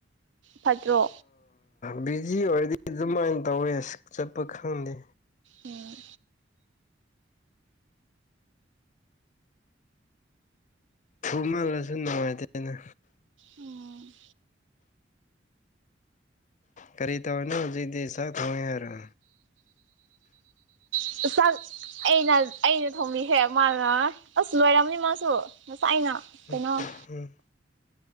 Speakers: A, on the right; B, on the left.
A: ꯐꯠꯇ꯭ꯔꯣ
B: ꯕꯤꯖꯤ ꯑꯣꯏꯔꯗꯤ ꯑꯗꯨꯃꯥꯏꯅ ꯇꯧꯋꯦ ꯑꯁ ꯆꯠꯄ ꯈꯪꯗꯦ
A: ꯎꯝ
B: ꯊꯨ ꯃꯥꯜꯂꯁꯨ ꯅꯨꯡꯉꯥꯏꯇꯦ ꯑꯩꯅ
A: ꯎꯝ
B: ꯀꯔꯤ ꯇꯧꯋꯅꯣ ꯍꯧꯖꯤꯛꯛꯇꯗꯤ ꯆꯥꯛ ꯊꯪꯉꯦ ꯍꯥꯏꯔꯣ?
A: <unintelligible> ꯑꯩꯅ ꯑꯩꯅ ꯊꯧꯃꯤꯈꯦ ꯃꯥꯅ ꯑꯁ ꯂꯣꯏꯔꯝꯅꯤ ꯃꯥꯁꯨ ꯉꯁꯥꯏꯅ ꯀꯩꯅꯣ
B: ꯎꯝ ꯎꯝ